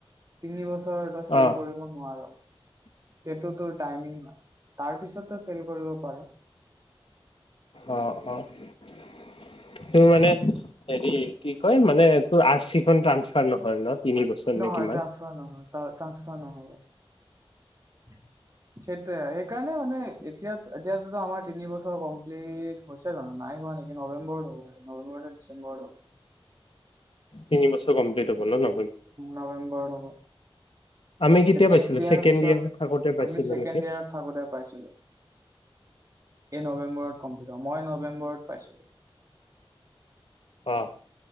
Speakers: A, on the right; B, on the left.
A: তিনি বছৰ তই চেল
B: অ
A: কৰিব নোৱাৰ কিন্তু তোৰ টাইমিং হয়। তাৰ পিছত তই চেল কৰিব পাৰ।
B: অহ ',- অহ ', তোৰ মানে হেৰি কি কয় মানে, তোৰ আৰ -চিখন ট্ৰানচ ফাৰ নহয় ন',? তিনি বছৰ
A: নহয়
B: নে কিমান
A: ট্ৰানসফাৰ নহয় ট্ৰানসফাৰ নহব সেইটোৱে, সেইকাৰণে মানে এতিয়া এতিয়াতো আমাৰ তিনি বছৰ কমপ্লিট হৈছে জানো নাই হোৱা নেকি নৱেম্বৰত হ'ব নৱেম্বৰতে ডিচেম্বৰত হ'ব।
B: তিনি বছৰ কমপ্লিট হ'ব নহ?
A: নৱেম্বৰত হ'ব
B: আমি কেতিয়া পাইছিলো
A: তেতিয়াৰ
B: ছেকেণ্ড
A: পিছত
B: ইয়েৰ থাকোতে পাইছিলো
A: আমি ছেকেণ্ডইয়েৰত
B: নেকি
A: থাকোঁতে পাইছিলো। এই নৱেম্বৰত কম্পিলিট হ'ব। মই নৱেম্বৰত পাইছিলোঁ।
B: অহ